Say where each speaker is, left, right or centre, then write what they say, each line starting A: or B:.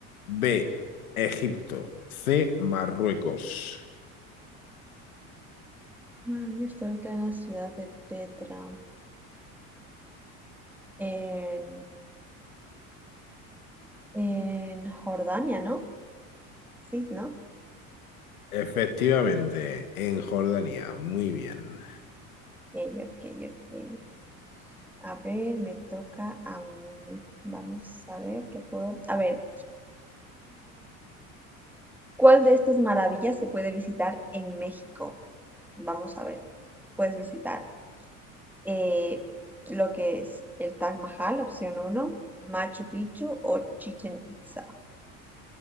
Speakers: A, on the left; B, in the centre.
A: B. Egipto. C. Marruecos.
B: Maravilla está ubicada en la ciudad de Petra, en, en Jordania, ¿no? Sí, ¿no?
A: Efectivamente, en Jordania. Muy bien.
B: Ok, ok, ok. A ver, me toca a mí. Vamos a ver qué puedo. A ver. ¿Cuál de estas maravillas se puede visitar en México? Vamos a ver. Puedes visitar eh, lo que es el Taj Mahal, opción uno, Machu Picchu o Chichen Itza.